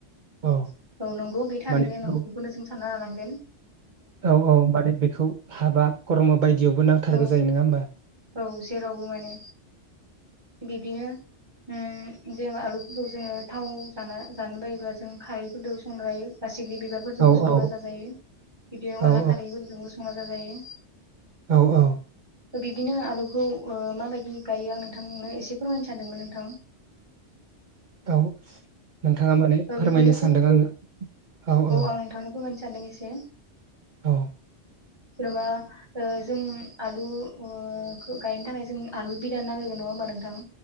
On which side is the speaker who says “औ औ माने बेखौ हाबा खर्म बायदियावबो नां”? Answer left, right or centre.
Right